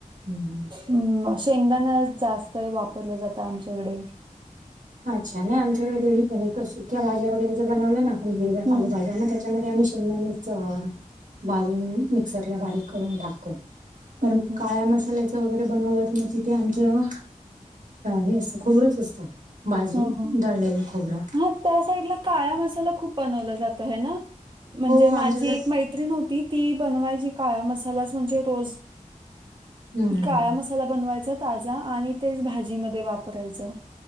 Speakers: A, on the right; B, on the right.
A: हं हं.
B: अं शेंगदाणा जास्त वापरला जातं आमच्याकडे.
A: अच्छा. नाही आमकडे दोन्ही पण. एकतर सुक्या भाज्या वगैरे बनवलं ना आपण हिरव्या
B: हम्म
A: पालेभाज्या ना च्यामध्ये आम्ही शेंगदाण्याचं भाजून मिक्सरला बारीक करून टाकतो. कारण
B: हम्म हम्म
A: काळया मसाल्याच च वगैरे बनवलं की तिथे आमचं हे खोबरचं असतं. भाजून
B: हं हं.
A: दळलेलं खोबरं
B: हा त्या साईडला काळया मसाला खूप बनवला जातं हे ना? म्हणजे
A: हो
B: माझी
A: आमच्याकडे
B: एक मै त्रीण होती. ती बनवायची काळा मसालाच. म्हणजे रोज
A: हम्म
B: काळया मसा ला बनवायचा ताजा आणि तेच भाजीमध्ये वापरायचं.